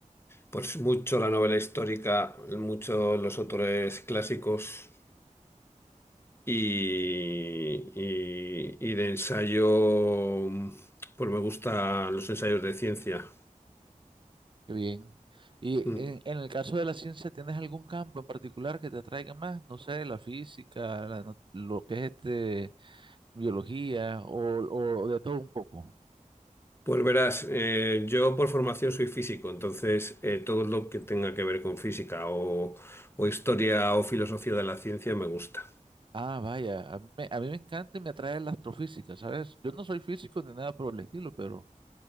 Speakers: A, on the left; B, on the right.
A: pues mucho la novela histórica, mucho los autores clásicos y, y- y de ensayo, pues me gustan los ensayos de ciencia.
B: Qué bien. Y
A: Mm.
B: en, en el caso de la ciencia, ¿tienes algún campo en particular que te atraiga más? No sé, la física, la no- lo que es este, biología o, o de todo un poco.
A: Pues verás, eh, yo por formación soy físico, entonces eh, todo lo que tenga que ver con física o, o historia o filosofía de la ciencia me gusta.
B: Ah, vaya, a mí, me, a mí me encanta y me atrae la astrofísica, ¿sabes? Yo no soy físico ni nada por el estilo, pero